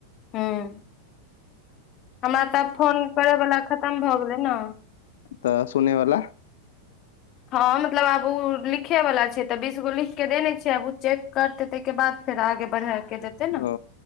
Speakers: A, on the left; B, on the left.
A: हूं हमरा तऽ फोन करैयवला खतम भऽ गेलै न
B: तऽ सुने वाला
A: हम जौ आगू उ लिख लिखै वला छै त बीस गो लिख के देने छीयै आब ओ चेक करतै तैकेबाद फेर आगे बढ़ा के देतै ने
B: ओ